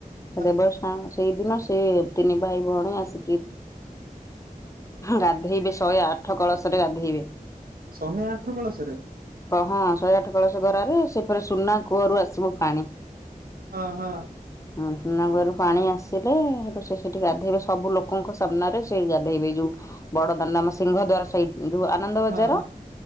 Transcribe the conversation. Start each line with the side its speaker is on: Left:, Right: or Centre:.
Left: ଦେବସ୍ନାନ
Right: ହଁ
Left: ସେଇଦିନ ସେ ତିନି ଭାଇ ଭଉଣୀ ଆସି ଗାଧେଇବେ ଶହେ ଆଠ କଳସରେ ଗାଧେଇବେ।
Right: ଶହେ ଆଠ କଳସରେ।
Left: ହଁ ଶହେ ଆଠ କଳସ ଗରାରେ ସେଇ ପୁରା ସୁନା କୂଅରୁ ଆସିବ ପାଣି।
Right: ଅଁ ହଁ।
Left: ମିତୁନାରୁ ପାଣି ଆସିଲେ ସେ ସେଠି ଗାଧେଇବେ ସବୁ ଲୋକ। ଲୋକଙ୍କ ସାମ୍ନାରେ ସେଇ ଗାଧେଇବେ ଯୋଉ ବଡ ଦାଣ୍ଡ ଆମ ସିଂହ ଦ୍ଵାରା ସେଇ ରୁ
Right: ହଁ
Left: ଆନନ୍ଦ ବଜାର।
Right: ହଁ ହଁ